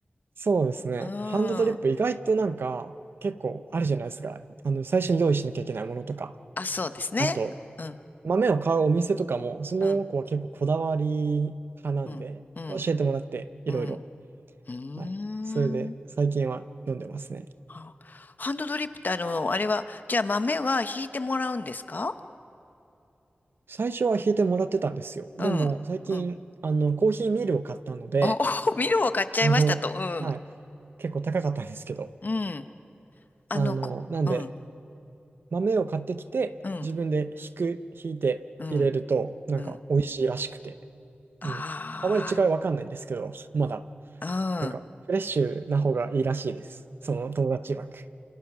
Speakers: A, on the right; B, on the left.
A: そうですね。
B: うん、
A: ハンドドリップ意外となんか結構あるじゃないですか。
B: うん。
A: あの、最初に用意しなきゃいけないものとか。
B: あ、そうですね。
A: あと、
B: うん、
A: 豆を買うお店とかも、その子は結構こだわり派なんで、
B: うん、うん、うん、
A: 教えてもらっていろいろ。
B: うん。うーん。
A: はい。それで最近は飲んでますね。
B: あハンドドリップってあの、あれは、じゃあ豆はひいてもらうんですか
A: 最初は引いてもらってたんですよ。でも最近、
B: うん、うん。
A: あの、コーヒーミルを買ったので、
B: あ、<laughs> おミルも買っちゃいましたと。
A: あの、
B: うん、
A: はい。結構高かったんですけど、
B: うん。あの、
A: あの、
B: こうん、
A: なんで、豆を買ってきて、
B: うん、
A: 自分でひく、ひいて入れると、
B: うん、
A: なんか美味しいらしくて。
B: うん。
A: うん。
B: ああ。
A: あまり違いわかんないんですけど、まだ、
B: うん。
A: なんかフレッシュな方がいいらしいです。その友達曰く。